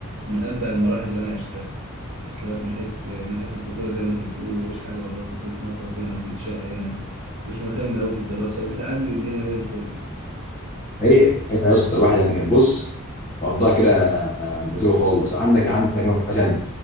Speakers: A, on the right; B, on the left.
A: من أمتع المراحل اللي أنا عشتها وصل لك من حيث من حيث الطفولة زي ما أنت بتقول ومفيش حاجة وراك وبتتنطط هنا وبتتشقى هنا مش مهتم أوي بالدراسة وبتعدي والدنيا زي الفل
B: هي هي يا اسطى الواحد يعني كان بص مقضاها كده آه، مزاجه خالص عندك عندك مثلا